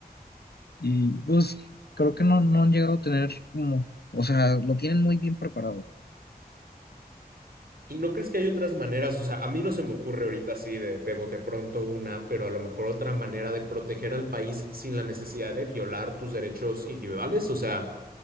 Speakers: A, on the left; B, on the right.
A: y pues creo que no, no han llegado a tener como, o sea, lo tienen muy bien preparado,
B: ¿Y no crees que hay otras maneras? O sea, a mí no se me ocurre ahorita así de, de bote pronto una, pero a lo mejor otra manera de proteger al país sin la necesidad de violar tus derechos individuales, o sea,